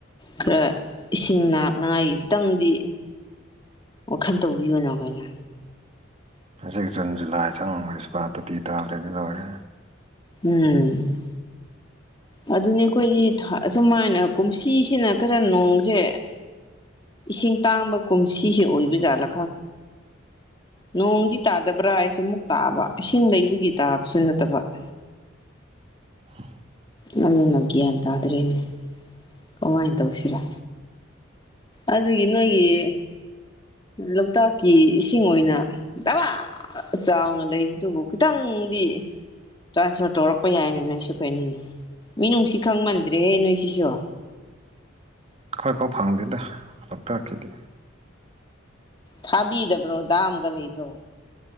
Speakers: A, on the left (about 25°); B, on the right (about 30°).
A: ꯈꯔ ꯏꯁꯤꯡ ꯅꯥꯛꯅꯉꯥꯏꯒꯤ ꯈꯤꯇꯪꯗꯤ ꯋꯥꯈꯜ ꯇꯧꯕꯤꯌꯨꯅ ꯑꯩꯈꯣꯏꯅ
B: ꯍꯧꯖꯤꯛ ꯖꯨꯟ ꯖꯨꯂꯥꯏ ꯆꯤꯡꯕ ꯁꯤꯐꯥꯎꯗ ꯇꯣꯇꯤ ꯇꯥꯗ꯭ꯔꯗꯤ ꯂꯣꯏꯔꯦ
A: ꯎꯝ ꯑꯗꯨꯅꯦ ꯑꯩꯈꯣꯏꯒꯤ ꯑꯃꯥꯏꯅ ꯀꯨꯝꯁꯤꯁꯤꯅ ꯈꯔ ꯅꯣꯡꯁꯦ ꯏꯁꯤꯡ ꯇꯥꯡꯕ ꯀꯨꯝꯁꯤꯁꯦ ꯑꯣꯏꯕꯖꯥꯠꯂꯥ ꯅꯣꯡꯗꯤ ꯇꯥꯗꯕ꯭ꯔꯥ ꯍꯥꯏꯁꯨ ꯑꯃꯨꯛ ꯇꯥꯕ ꯏꯁꯤꯡ ꯂꯩꯕꯒꯤ ꯇꯥꯕꯁꯨ ꯅꯠꯇꯕ <unintelligible>
B: <unintelligible>
A: ꯅꯪꯅ ꯍꯦꯟꯅ ꯒ꯭ꯌꯥꯟ ꯇꯥꯗ꯭ꯔꯦꯅꯦ ꯀꯃꯥꯏꯅ ꯇꯧꯁꯤꯔ ꯑꯗꯨꯒꯤ ꯅꯣꯏꯒꯤ ꯂꯣꯛꯇꯥꯛꯀꯤ ꯏꯁꯤꯡ ꯑꯣꯏꯅ ꯗꯝꯃꯥ ꯆꯥꯎꯅ ꯂꯩꯕꯗꯨꯕꯨ ꯈꯤꯇꯪ ꯗꯤ ꯇ꯭ꯔꯥꯟꯁꯐꯔ ꯇꯧꯔꯛꯄ ꯌꯥꯏꯅꯤ ꯅꯣꯏꯁꯨ ꯀꯩꯅꯣꯅꯤ ꯃꯤ ꯅꯨꯡꯁꯤ ꯈꯪꯃꯟꯗ꯭ꯔꯦꯍꯦ ꯅꯣꯏꯁꯤꯁꯨ
B: ꯈꯣꯏ ꯐꯥꯎ ꯐꯪꯗꯦꯗ ꯂꯣꯛꯇꯥꯛꯀꯤꯗꯤ
A: ꯊꯥꯕꯤꯗꯕ꯭ꯔꯣ ꯗꯥꯝꯒ ꯂꯩꯕ꯭ꯔꯣ